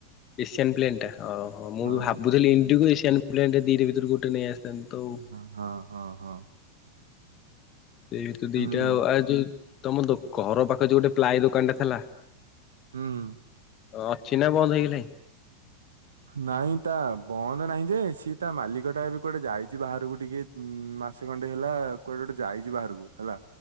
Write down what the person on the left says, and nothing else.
ଏସିଆନ୍ ପ୍ଲେନ ଟା। ଓହୋ ମୁଁ
ବି ଭାବୁଥିଲି
ଇଣ୍ଡିଗୋ ଏସିଆନ୍ ପ୍ଲେଣ୍ଟେ ଦିଟା ଭିତରୁ ଗୋଟେ ନେଇ ଆସିଥାନ୍ତି ତ ଆଉ।
ସେଇ ତ ଦିଟା
ଆଉ ଆଉ ଯୋଉ ତମ ଦୋକ ଘର ପାଖରେ ଯୋଉ ଗୋଟେ ପ୍ଲାଏ ଦୋକାନଟା ଥେଲା।
ଅ-ଅଛି ନା ବନ୍ଦ ହେଇଗଲାଣି?